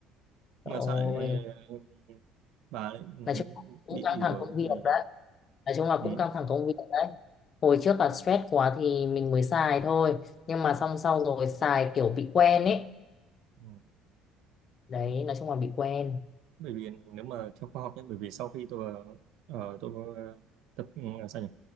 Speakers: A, on the right; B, on the left.
A: nhưng
B: ôi
A: mà sao lại ờ, bà lại ừ,
B: nói chung là cũng
A: bị
B: căng thẳng
A: ở
B: công việc
A: này nhỉ
B: đấy nói chung là
A: ừ.
B: cũng căng thẳng công việc hồi trước là stress quá thì mình mới xài thôi nhưng mà xong xong rồi xài kiểu bị quen ấy
A: ừ.
B: đấy nói chung là bị quen
A: bởi vì nếu mà theo khoa học nhé bởi vì sau khi tôi ờ, tôi ờ, tập ừ, sao nhỉ